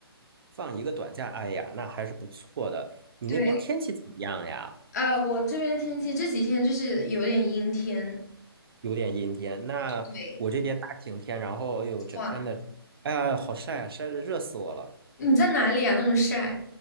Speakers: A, on the right; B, on the left.
A: 放一个短假，哎呀，那还是不错的。你那边天气怎么样呀？
B: 对，呃，我这边天气这几天就是有点阴天。
A: 有点阴天。那我这边大晴天，
B: 对，
A: 然后又整天的，
B: 哇，
A: 哎呀，好晒啊，晒的热死我了。
B: 你在哪里啊？那么晒？